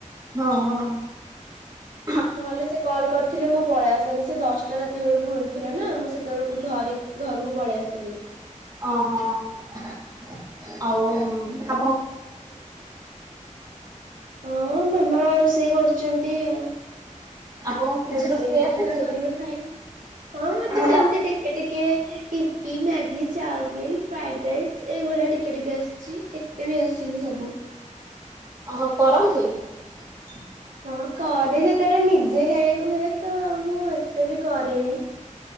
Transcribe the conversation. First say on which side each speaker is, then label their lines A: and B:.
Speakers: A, on the right; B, on the right.
A: ହଁ ହଁ। <inaudible>
B: ନହେଲେ ସେ କଲ୍ କରିଥିଲେ ମୁଁ ପଳେଇ ଆସିଲାନି ସେ ଦଶଟା ରାତି ବେଳକୁ ମିଳୁଥିଲା ନା ମୁଁ ସେତେବେଳକୁ ଘରେ ଘରକୁ ପଳେଇ ଆସିଥିଲି।
A: ଓହୋ <inaudible> ଆଉ ମା
B: <inaudible> ହଁ ମାମା ସେ ଇ କରୁଛନ୍ତି ଆଉ
A: ଆପଣଙ୍କୁ କିଛି
B: ରୋଷେଇରେ
A: ରୋଷେଇ ଆସିଛି
B: ଯାହା କରିବେ ଖାଇବି। ହଁ ମତେ
A: ନହେଲେ
B: ସେମିତି ଟିକେ ଟିକେ ଇପି ମା ଗି ଚାଓମିନ ଫ୍ରାଏଡ ରାଇସ୍ ଏଇ ଭଳିଆ ଟିକେ ଟିକେ ଆସିଛି ଏତେ ବି ଆସିନି ସବୁ।
A: ଓହୋ କରନ୍ତି? <inaudible>
B: ହଁ କରେ ଯେତେବେଳେ ନିଜେ ଖାଇବାକୁ ହୁଏ ତ ମୁଁ ଏତେ ବି କରେନି।